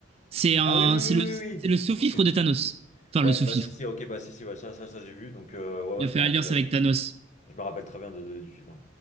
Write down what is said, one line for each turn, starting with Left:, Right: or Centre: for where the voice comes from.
Right: C'est un,
Left: Ah oui, oui,
Right: c'est
Left: oui,
Right: le,
Left: oui, oui.
Right: c'est le sous-fifre
Left: oui. Ok.
Right: de Thanos. Enfin,
Left: Ouais,
Right: le sous-fifre.
Left: bah si, si, ok, bah si, si, ouais, ça, ça, ça, j'ai vu, donc euh, ouais,
Right: Il
Left: ouais, je
Right: a fait
Left: me rappelle,
Right: alliance
Left: euh,
Right: avec Thanos.
Left: je me rappelle très bien de, de- du film, ouais.